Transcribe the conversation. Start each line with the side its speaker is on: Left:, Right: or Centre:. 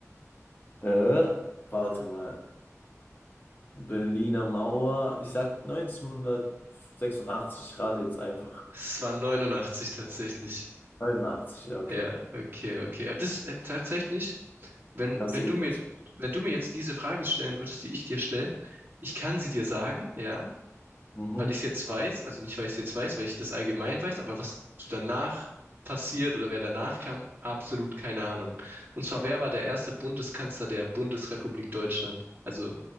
Left: Äh, warte mal. Berliner Mauer. Ich sag 1986. Ich rate jetzt einfach.
Right: Es war 89 tatsächlich.
Left: 89, ja, okay.
Right: Ja, okay, okay. Ja, Das äh, tatsächlich, wenn,
Left: Ich hab's
Right: wenn
Left: dir
Right: du
Left: gesagt.
Right: mir, wenn du mir jetzt diese Frage stellen würdest, die ich dir stelle, ich kann sie dir sagen, ja,
Left: Mhm.
Right: weil ich es jetzt weiß, also nicht, weil ich es jetzt weiß, weil ich das allgemein weiß, aber was so danach passiert oder wer danach kam, absolut keine Ahnung. Und zwar, wer war der erste Bundeskanzler der Bundesrepublik Deutschland? Also,